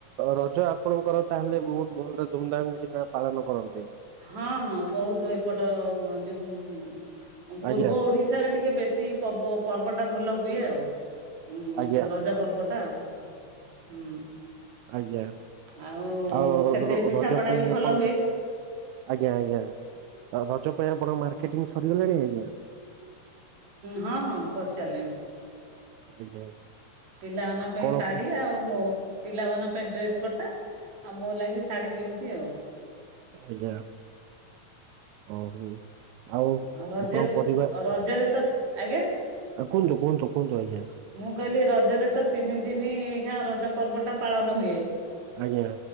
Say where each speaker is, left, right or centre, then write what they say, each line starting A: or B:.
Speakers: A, on the right; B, on the right.
A: ରଜ ଆପଣ କର ତାହେଲେ ବହୁତ ଭଲରେ ଧୁମଧାମ କିନା ପାଳନ କରନ୍ତି।
B: ହଁ ହଁ ବହୁତ ଏପଟ ମ ଯେ କମ୍
A: ଆଜ୍ଞା
B: ପୂର୍ବ ଓଡ଼ିଶାରେ ଟିକେ ବେଶୀ ପବ ପର୍ବଟା ଭଲ ହୁଏ ଆଉ। ଉଁ
A: ଆଜ୍ଞା
B: ଯୋଉ ରଜ ପର୍ବଟା ଆଉ। ହୁଁ
A: ଆଜ୍ଞା
B: ଆଉ
A: ଆଉ
B: ସେଥିରେ ପିଠାପଣା
A: ରଜ ପାଇଁ
B: ବି ଭଲ
A: ଆପଣ
B: ହୁଏ
A: କ ଆଜ୍ଞା ଆଜ୍ଞା ମେଂ ସରିଗଲାଣି ଆଜ୍ଞା
B: ହଁ ହଁ କରିସାରିଲେଣି।
A: ଆଜ୍ଞା
B: ପିଲାମାନ ପାଇଁ
A: କଣ
B: ଶାଢ଼ୀ
A: କ
B: ଆଉ ମୋ ପିଲାମାନଙ୍କ ପାଇଁ ଡ୍ରେସ୍ ପଟା ଆଉ ମୋ ଲାଗି ଶାଢ଼ୀ କିଣିଛି ଆଉ
A: ଆଜ୍ଞା ଓହୋ ଆଉ ଆପଣଙ୍କ
B: ହଁ ରଜରେ ତ-
A: ପରିବାର
B: ରଜରେ
A: ଆଉ
B: ତ ଆଜ୍ଞା
A: କୁହନ୍ତୁ କୁହନ୍ତୁ କୁହନ୍ତୁ ଆଜ୍ଞା।
B: ମୁଁ କହିଲି ରଜରେ ତ ତିନି ଦିନ ଏହିଖାଁ ରଜ ପର୍ବଟା ପାଳନ ହୁଏ।
A: ଆଜ୍ଞା।